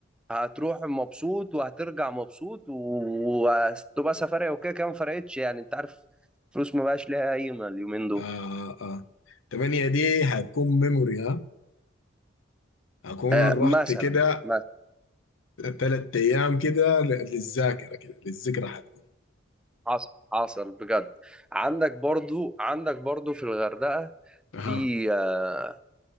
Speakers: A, in the centre; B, on the left.
A: هتروح مبسوط وهترجع مبسوط و- وهتبقى سفرية وكده كده ما فرقتش يعني انت عارف فلوس ما بقاش ليها قيمة اليومين دول
B: اه اه 8 دي هتكون ميموري ها هكون
A: آه
B: رحت
A: مثلا
B: كده
A: مثلا
B: ثلاث ايام كده ل- للذاكره كده للذكرى هتكون
A: حصل حصل بجد عندك برضو عندك برضو في الغردقة
B: اها
A: في آه